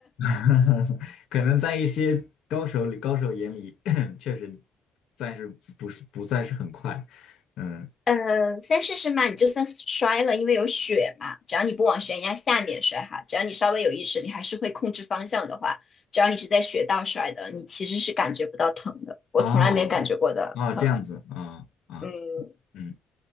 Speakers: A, on the left; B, on the left.
A: 嗯 <laughs> 可能在一些高手里高手眼里 <coughs> <clears throat> 确实暂时不是不算是很快，嗯
B: <laughs> 嗯，三试试嘛，你就算摔了，因为有雪嘛，只要你不往悬崖下面摔哈，只要你稍微有意识，你还是会控制方向的话，只要你是在雪道摔的，你其实是感觉不到疼的。我从来没感觉过的疼，
A: 哦哦这样子啊啊
B: 嗯，
A: 嗯。